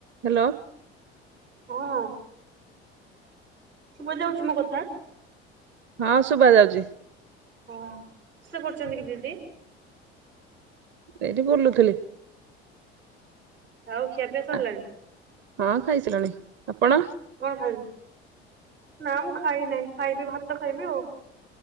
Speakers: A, on the right; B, on the right.
A: Hello
B: ହଁ ଶୁଭା ଯାଉଛି ମୋ କଥା?
A: ହଁ ଶୁଭା ଯାଉଛି।
B: ହଁ କିସ କରୁଛନ୍ତି କି ଦିଦି?
A: ଏଇଠି ବୁଲୁଥିଲି।
B: ଆଉ ଖିଆ ପିଆ ସରିଲାଣି?
A: ଆ, ହଁ ଖାଇସାରିଲିଣି। ଆପଣ?
B: କଣ ଖାଇଲୁ? ନା ମୁଁ ଖାଇ ନାଇଁ ଖାଇବି ଭାତ ଖାଇବି ଆଉ।